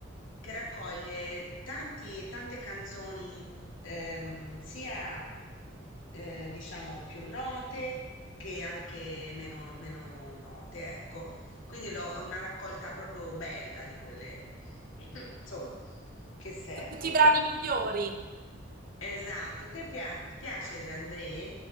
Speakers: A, on the left (about 85°); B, on the right (about 45°).
A: che raccoglie tanti- tante canzoni, ehm, sia eh, diciamo più note che anche meno, meno note, ecco. Quindi l'ho- è una raccolta proprio bella di quelle, <clears throat> insomma, che servono.
B: Tutti i bravi migliori.
A: Esatto, ti piace De André?